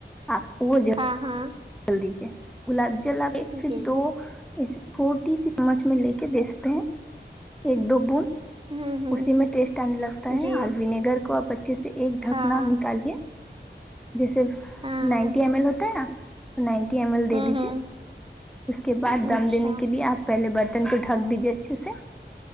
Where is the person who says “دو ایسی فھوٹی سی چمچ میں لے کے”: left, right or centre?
Centre